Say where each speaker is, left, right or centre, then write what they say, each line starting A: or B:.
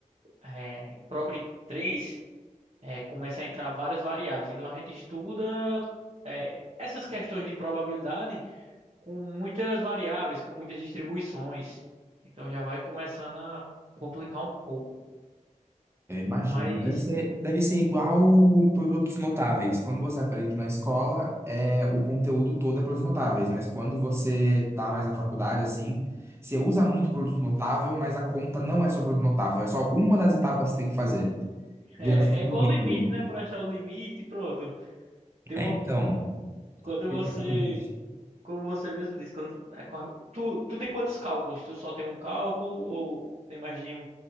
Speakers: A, on the right; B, on the right.
A: é, em probre 3 é, começa a entrar várias variáveis. Então a gente estuda é, essas questões de probabilidade com muitas variáveis, com muitas distribuições. Então já vai começando a complicar um pouco.
B: Eu imagino.
A: Mas
B: Deve ser, deve ser igual produtos notáveis. Quando você aprende na escola, é, o conteúdo todo é produtos notáveis, mas quando você tá mais na faculdade, assim, você usa muito produto notável, mas a conta não é sobre produto notável, é só uma das etapas que você tem que fazer.
A: é,
B: Viração do
A: é igual
B: meio.
A: limite, né? Para achar o limite, pronto. Tem
B: É,
A: uma
B: então,
A: quando
B: exatamente.
A: você, como você mesmo disse, quando é com a- tu tu tem quantos cálculos? Tu só tem um cálculo ou tem mais de um?